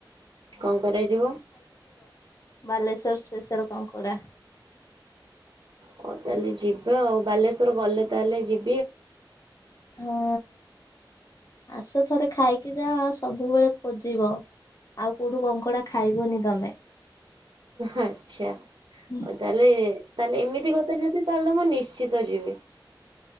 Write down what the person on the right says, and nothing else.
କଣ କରାଯିବ?
ହଉ ତାହେଲେ ଯିବା ଆଉ ବାଲେଶ୍ୱର ଗଲେ ତାହେଲେ ଯିବ
ଆଛା
ତାହେଲେ ତାହେଲେ ଏମିତି କଥା ଯଦି ତାହେଲେ ମୁଁ ନିଶ୍ଚିତ ଯିବି।